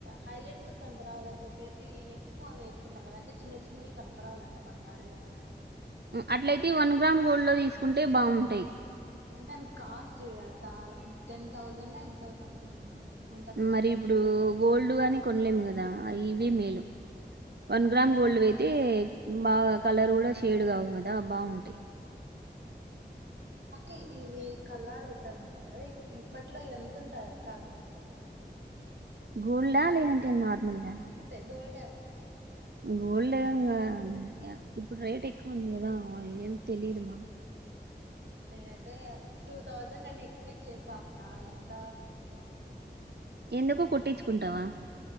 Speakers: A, on the right; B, on the right.
A: హైలైట్స్ కనిపరావాలని చెప్పేసి ఎక్కువ అవే తీసుకుంటారు అంటే చిన్న చిన్నవి కనపరావు కదా బంగారువి అలా కా
B: అట్లయితే వన్ గ్రామ్ గోల్డ్ లో తీసుకుంటే బాగుంటాయి
A: అంటే అవి కాస్ట్ య చాలా టెన్ థౌసండ్ ఎంతో సంథింగ్ ఉంటది కదా
B: మరి
A: అక్క.
B: ఇప్పుడు గోల్డ్ గాని కొనలేము కదా ఇవే మేలు వన్ గ్రామ్ గోల్డ్ వైయితే బాగా కలర్ కూడా షేడ్ కావు కదా బాగుంటాయి
A: అక్క ఇవి కల్లారు గుట్టాలంటాయి కదా ఇప్పట్లో ఎంతుంటాయి అక్క అవి
B: గోల్డా లేదంటే నార్మల్వా
A: గోల్డ్
B: గోల్డ్ ఆ ఇప్పుడు రేట్ ఎక్కువ ఉంది కదా ఏం తెలిదు
A: నేనైతే టూ థౌసండ్ అని ఎక్స్పెక్ట్ చేసా అక్క ఎంత
B: ఎందుకు కుట్టిచుకుంటావా